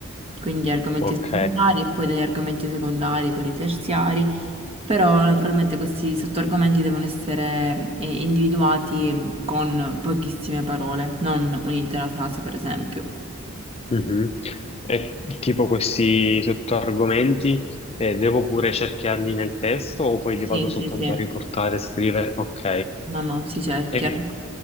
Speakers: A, on the right; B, on the left.
A: Quindi argomenti
B: ok.
A: secondari e poi dagli argomenti secondari, quelli terziari, però naturalmente questi sottoargomenti devono essere eh, individuati con pochissime parole, non un'intera frase, per esempio.
B: Mhm. E tipo questi sottoargomenti, eh, devo pure cerchiarli nel testo o poi li
A: Sì,
B: vado soltanto
A: sì, sì.
B: a riportare, scrivere? Ok.
A: No, no, si cerchia.
B: E